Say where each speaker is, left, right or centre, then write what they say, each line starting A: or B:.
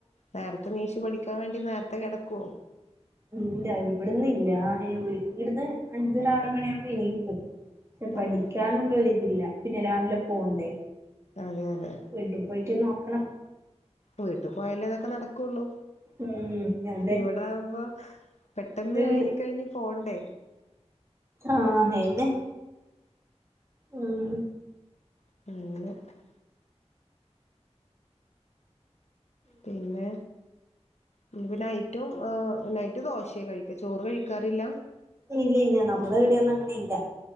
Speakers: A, on the left (about 75°); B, on the right (about 25°).
A: നേർതെ നീച്ച് പഠിക്കാൻ വേണ്ടി നേരത്തേ കെടക്കോ
B: ഇല്ല ഇവിടന്ന് ഇല്ല ഇനി വിടുന്ന് അഞ്ചര ആറ് മണിയാകുമ്പോ എനീക്കും പഠിക്കാനുള്ളൊരുതില്ല
A: ഉം
B: പിന്നെ രാവിലെ പോണ്ടേ
A: അതെ അതെ
B: വീട്ടി പോയിട്ട് നോക്കണം.
A: വീട്ടിൽ പോയാലേ ഇതൊക്കെ നടക്കുള്ളൂ
B: ഉം അതെ
A: ഇവിടെ ആകുമ്പ പെട്ടെന്ന്
B: വീട്
A: ഒരുങ്ങി കഴിഞ്ഞ് പോണ്ടേ
B: ആഹ് എന്നെ ഉം
A: <inaudible> പിന്നെ ഇഞ്ഞ്‌ പ്പൊ നൈറ്റും നൈറ്റ് ദോശയാ കഴിക്ക ചോറ് കഴിക്കാറില്ല
B: ഇല്ല ഇല്ല നമ്മള് ഇവിടെൊന്നും അങ്ങനെ ഇല്ല